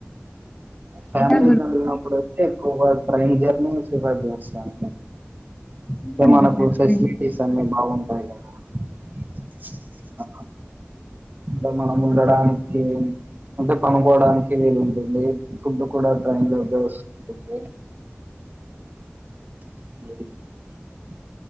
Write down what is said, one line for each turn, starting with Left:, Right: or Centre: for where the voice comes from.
Right: ఫ్యామిలీతో
Left: ఇలా
Right: వెళ్ళినప్పుడు ఎక్కువ గా ట్రైన్ జర్నీ ను చేస్తాను
Left: గడుపుతుందండి
Right: మనకు
Left: అట్లా
Right: ఫెసిలిటీస్
Left: ఫ్రెండ్స్
Right: అన్ని బాగు అవ్నా <unintelligible> ఆ అంటె మనం ఉండడానికి అంటే పండుకోడానికి వీలుంటుంది ఫుడ్ కూడా టైం లోకె వస్తది <inaudible>